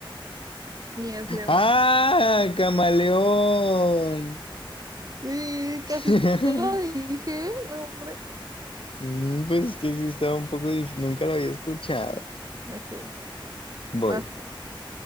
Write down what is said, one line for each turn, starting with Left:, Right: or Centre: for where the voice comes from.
Right: ni es león.
Left: ¡Ah! Camaleón.
Right: Sí,
Left: <laughs>
Right: casi te la dije, no, hombre.
Left: Mm, Pues es que sí estaba un poco difícil, nunca lo había escuchado.
Right: Ok,
Left: Voy.
Right: paso.